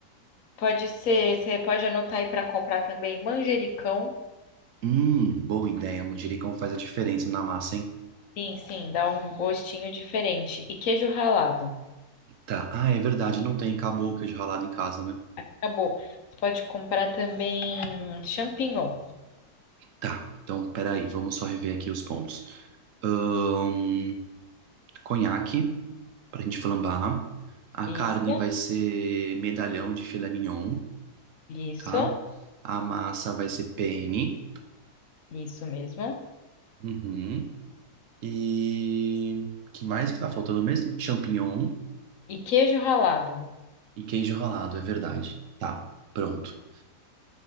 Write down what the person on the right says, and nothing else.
Hum, boa ideia. Manjericão faz a diferença na massa, hein?
Tá. Ah, é verdade. Não tem caboclo de ralado em casa, né?
Tá, então peraí, vamos só rever aqui os pontos. Ahn, conhaque, pra gente flambar. A
carne vai ser medalhão de filé mignon,
tá? A massa vai ser penne.
Uhum. E que mais que tá faltando mesmo? Champignon
e queijo ralado, é verdade. Tá, pronto.